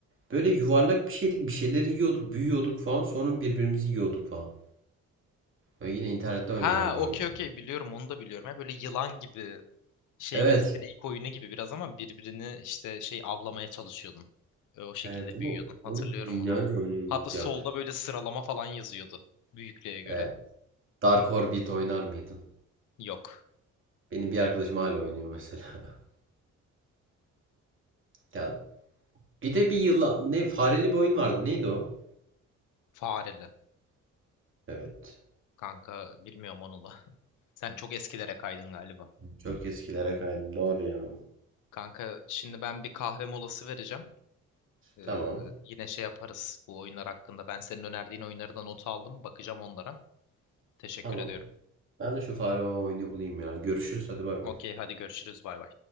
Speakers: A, on the right; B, on the left.
A: Böyle yuvarlak bir şeydik, bir şeyleri yiyorduk, büyüyorduk falan. Sonra birbirimizi yiyorduk falan. Böyle yine internette
B: Ha
A: oynanan bir
B: okey
A: oyun.
B: okey biliyorum onu da biliyorum. Ha, böyle yılan gibi şey
A: Evet.
B: gibi sinek oyunu gibi biraz ama birbirini işte şey avlamaya çalışıyordun. Ve O şekilde
A: Evet ama
B: büyüyordun. Hatırlıyorum
A: onu dünyaca
B: onu.
A: oynuyorduk
B: Hatta solda
A: ya.
B: böyle sıralama falan yazıyordu. Büyüklüğe göre.
A: Evet. Dark Orbit oynar mıydın?
B: Yok.
A: Benim bir arkadaşım hala oynuyor mesela. <laughs> Ya bir de bir yılan ne fareli bir oyun vardı. Neydi o?
B: Fareli.
A: Evet.
B: Kanka bilmiyorum onu da. <laughs> Sen çok eskilere kaydın galiba.
A: Çok eskilere kaydım. Doğru ya.
B: Kanka şimdi ben bir kahve molası vereceğim. Ee,
A: Tamam.
B: yine şey yaparız bu oyunlar hakkında. Ben senin önerdiğin oyunları da not aldım. Bakacağım onlara. Teşekkür
A: Tamam.
B: ediyorum.
A: Ben de şu fare oyunu bulayım ya. Görüşürüz. Hadi bay
B: Okey
A: bay.
B: hadi görüşürüz bay bay.